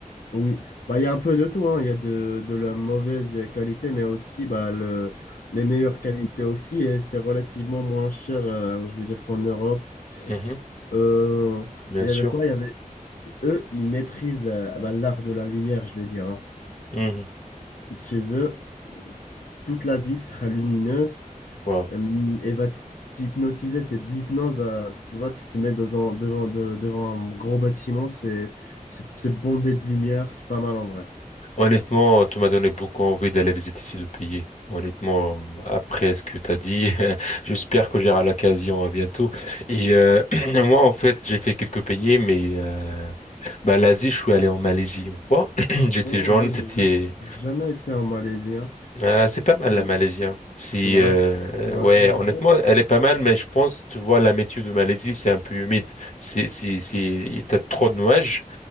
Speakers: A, on the left; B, on the left.
A: Oui, bah, il y a un peu de tout, hein. Il y a de, de la mauvaise qualité, mais aussi bah, le, les meilleures qualités aussi, et c'est relativement moins cher, euh, je veux dire, qu'en Europe.
B: Mhm,
A: Euh,
B: bien
A: il y
B: sûr.
A: avait quoi? Il y avait, eux, ils maîtrisent euh, bah, l'art de la lumière, je vais dire. hein.
B: Mhm.
A: Chez eux, toute la ville sera lumineuse
B: Wow.
A: euh, et va t'hypnotiser. C'est de l'hypnose. euh, tu vois, tu te mets dans un- devant, de- devant un gros bâtiment, c'est c'est- c'est bondé de lumière, c'est pas mal en vrai.
B: Honnêtement, tu m'as donné beaucoup envie d'aller visiter ces deux pays. Honnêtement, après ce que tu as dit, <laughs> j'espère que j'aurai l'occasion à bientôt. Et euh, <clears throat> moi, en fait, j'ai fait quelques pays, mais euh, bah, l'Asie, je suis allé en Malaisie une fois. <clears throat> J'étais
A: Oh,
B: jeune,
A: moi,
B: c'était...
A: j'ai jam- jamais été en Malaisie. hein.
B: euh, c'est pas mal
A: Tu
B: la
A: m-
B: Malaisie. hein. Si,
A: tu me,
B: euh,
A: rac- tu me racontes
B: ouais, honnêtement,
A: un peu.
B: elle est pas mal, mais je pense, tu vois, la météo de Malaisie, c'est un peu humide. C'est, c'est, c'est, t'as trop de nuages.